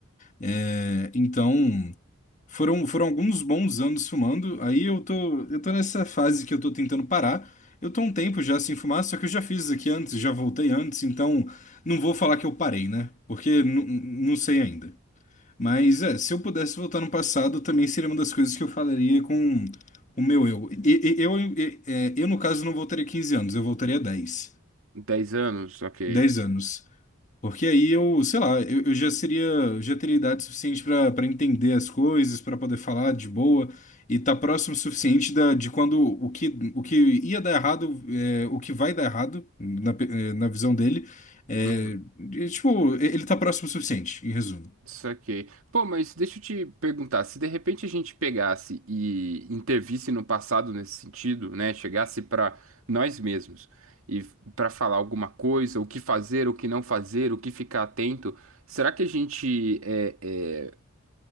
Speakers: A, on the left; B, on the right.
A: É, então, foram, foram alguns bons anos fumando, aí eu tô, eu tô nessa fase que eu tô tentando parar. Eu tô há um tempo já sem fumar, só que eu já fiz isso aqui antes, já voltei antes, então não vou falar que eu parei, né? Porque nu- nu- não sei ainda. Mas é, se eu pudesse voltar no passado, também seria uma das coisas que eu falaria com o meu eu. E- e- Eu, e- é, eu, no caso, não voltaria 15 anos, eu voltaria dez
B: Dez anos, ok.
A: dez anos. Porque aí eu, sei lá, eu, eu já seria, já teria idade suficiente para para entender as coisas, para poder falar de boa e tá próximo o suficiente da, de quando o que, o que ia dar errado, é, o que vai dar errado, na, pe- é, na visão dele, é,
B: Uhum,
A: e, tipo, ele tá próximo o suficiente, em resumo.
B: saquei. Pô, mas deixa eu te perguntar, se de repente a gente pegasse e intervisse no passado nesse sentido, né? Chegasse para nós mesmos e para falar alguma coisa, o que fazer, o que não fazer, o que ficar atento, será que a gente é, é,